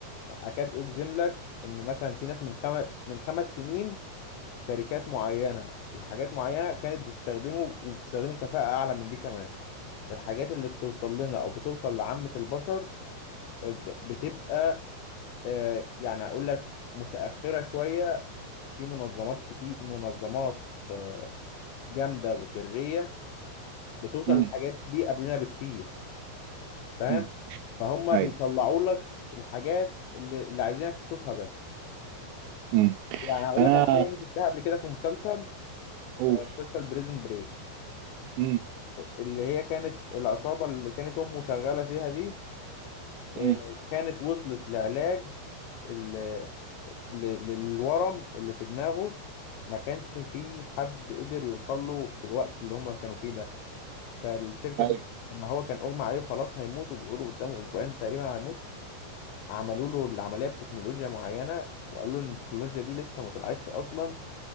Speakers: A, on the left; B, on the right.
A: اكاد اجزم لك ان مثلا في ناس من خم... من خمس سنين شركات معينه وحاجات معينه كانت بتستخدمه وبتستخدمه كفاءه اعلى من دي كمان الحاجات اللي بتوصل لنا او بتوصل لعامه البشر آه، ب... بتبقى آه، يعني اقول لك متاخره شويه في منظمات كتير منظمات آه، جامده وسريه بتوصل
B: مم.
A: الحاجات دي قبلنا بكتير فاهم
B: امم
A: فهم
B: ايوه
A: بيطلعوا لك الحاجات اللي, اللي عايزينك تشوفها بس
B: امم
A: يعني هقول
B: انا
A: لك على حاجه انا شفتها قبل كده في مسلسل
B: اقول
A: آه، مسلسل بريزون بريك
B: امم
A: اللي هي كانت العصابه اللي كانت امه شغاله فيها دي آه،
B: امم
A: كانت وصلت لعلاج ال- ل- للورم اللي في دماغه ما كانش فيه حد قدر يوصل له في الوقت اللي هم كانوا فيه ده فالشركه
B: ايوه
A: دي لما هو كان اغمى عليه وخلاص هيموت وبيقولوا قدامه اسبوعين تقريبا هيموت عملوا له العمليه بتكنولوجيا معينه وقالوا له ان التكنولوجيا دي لسه ما طلعتش اصلا